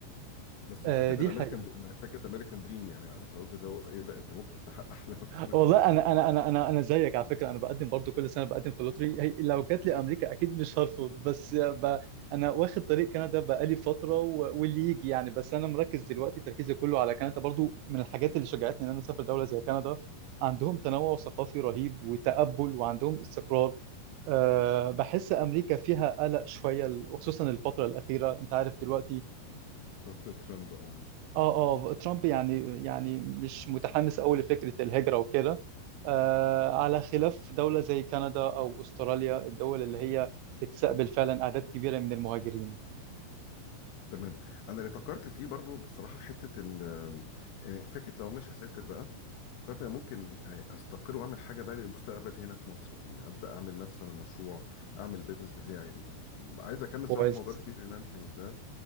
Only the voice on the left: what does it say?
بس
فكره
الامريكان
فكره امريكان دريم يعني عارف قصدي اللي هو ايه لا انت ممكن تحقق احلامك كلها
في امريكا
بتاعت ترامب اه
تمام انا اللي فكرت فيه برضو بصراحه حته ال يعني فكره لو مش هسافر بقى فكرت انا ممكن آه، استقر واعمل حاجه بقى للمستقبل هنا في مصر يعني ابدا اعمل مثلا مشروع اعمل بيزنس بتاعي عايز اكمل
صراحه موضوع الفريلانسنج ده